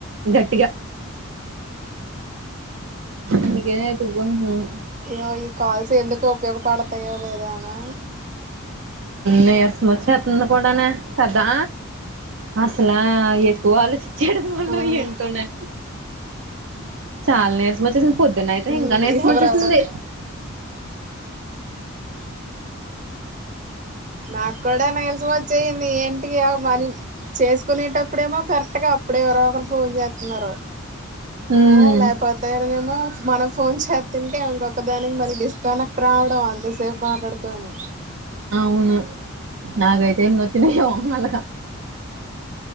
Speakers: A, on the right; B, on the right.
A: గట్టిగా అందుకే ఎత్తుకుంటోనాను
B: ఏయ్యో ఈ కాల్స్ ఎందుకు ఉపయోగపడతాయో లేదా అనా
A: నీరసం వచ్చేస్తుంది కూడానే కదా అసలా ఎక్కువ ఆలోచించయడం వల్ల
B: అవును
A: ఎంటున్నాయి చాలా నేర్సం వచ్చేసి పొద్దున అయితే
B: ఉమ్
A: ఇంకా నేర్సమ
B: ఎవరెవరు
A: వచ్చేసింది
B: నాకు కూడా నిరసం వచ్చేయింది ఏంటికి మనీ చేసుకునేటప్పుడేమో కరెక్ట్గా అప్పుడేవరో ఒకరు ఫోన్ చేస్తున్నారు
A: ఉమ్
B: ఆ లేకపోతేను కమో మన ఫోన్ చేతుంటే ఇంకొకదానికి మ డిస్కనెక్ట్ రావడం అంతసేపు మాట్లాడుకోని
A: వును నాగైతే ఎన్న వచ్చినా అలగా